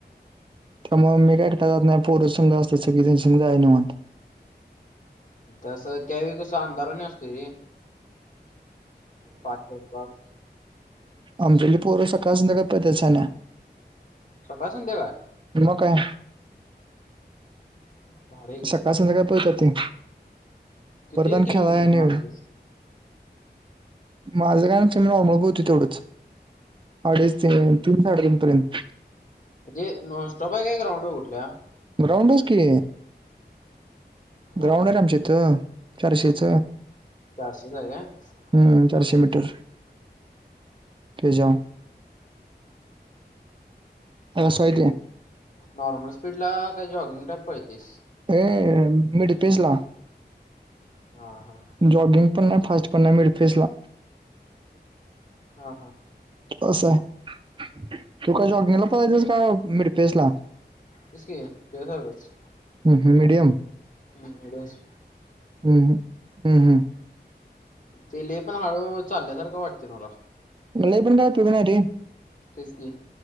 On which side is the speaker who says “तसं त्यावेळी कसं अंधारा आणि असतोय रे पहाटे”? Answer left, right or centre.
Left